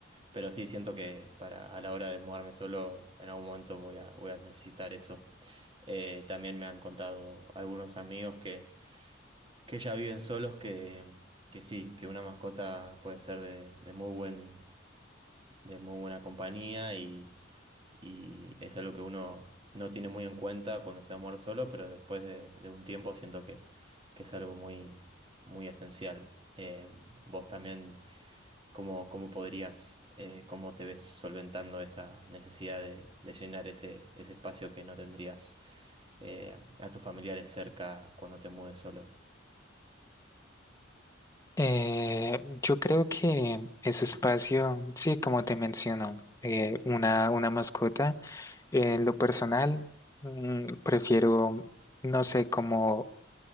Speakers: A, on the right; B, on the left.
A: pero sí, siento que para, a la hora de mudarme solo, en algún momento voy a, voy a necesitar eso. Eh, también me han contado algunos amigos que, que ya viven solos que, que sí, que una mascota puede ser de, de muy buen, de muy buena compañía y y es algo que uno no tiene muy en cuenta cuando se va a mover solo, pero después de, de un tiempo siento que, que es algo muy, muy esencial. Eh, vos también, ¿cómo, cómo podrías, eh, cómo te ves solventando esa necesidad de, de llenar ese, ese espacio que no tendrías eh, a tus familiares cerca cuando te mudes solo?
B: Eh, yo creo que ese espacio, sí, como te menciono, eh, una, una mascota, en lo personal, mm, prefiero, no sé, como